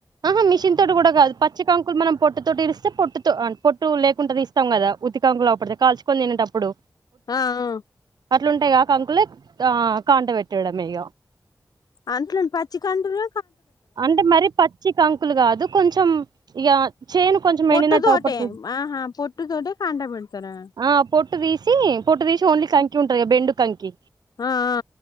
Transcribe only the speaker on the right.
ఆహా మిషన్ తోటి కూడా కాదు పచ్చ కంకులు మనం పొట్టు తోటి ఇరిస్తే పొట్టుతో పొట్టు లేకుండా తీస్తాం కదా ఉతి కంకులఅప్పుడుది కాల్చకొని తినేటప్పుడు
ఎట్లుంటాయి కా కంకులే ఆ కాంట పెట్టడం ఇగ
అంటే మరి పచ్చి కంకులు కాదు కొంచం ఇగ చేను కొంచం
ఎండినట్టు
<unintelligible>
ఆ పొట్టు తీసి సి పొట్టు తీసి ఓన్లీ కంకి ఉంటాది కదా బెండు కంకి